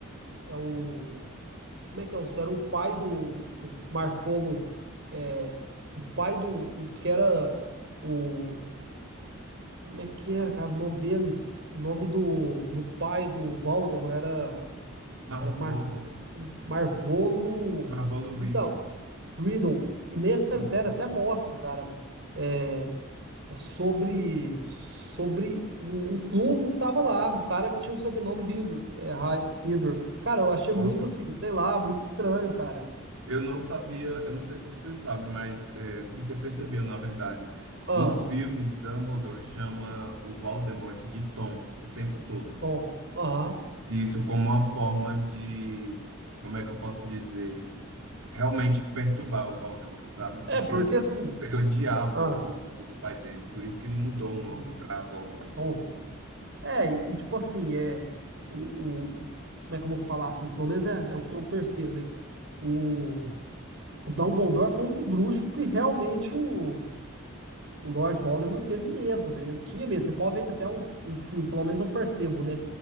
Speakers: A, on the right (about 55°); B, on the right (about 85°).
A: é o Como é que é? o era o pai do, do Marfolo. É, o pai do. O, que era o. Como é que era, cara? O nome deles. O nome do, do pai do Valdemar era.
B: Marvolo.
A: Era Mar, Marvolo.
B: Marvolo Riddle.
A: Então, Riddle. E nesse cemitério
B: Uhum.
A: até mostra, cara. É, é sobre. Sobre o, o túmulo que tava lá. O cara que tinha o sobrenome Riddle. É, Ra- Riddle. Cara, eu achei
B: Nossa,
A: muito assim, sei lá, muito estranho, cara.
B: eu não sabia, eu não sei se você sabe, mas é, não sei se você percebeu, na verdade.
A: Ah,
B: Nos filmes, Dumbledore chama o Voldemort de Tom o tempo todo.
A: bom, aham.
B: E Isso como uma forma de, como é que eu posso dizer? realmente perturbar o Voldemort, sabe? Porque
A: É, porque
B: ele,
A: assim,
B: ele odiava
A: ah,
B: o, o nome do pai dele, por isso que ele mudou o nome
A: hum,
B: para Voldemort.
A: bom, é, e e tipo assim, é, o, o- como é que eu vou falar assim, pelo menos é, é o que eu percebo, né, o, o Dumbledore foi o único bruxo que realmente o, o Lord Voldemort teve medo, né, ele tinha medo, você pode ver que até o, o filme, pelo menos eu percebo, né,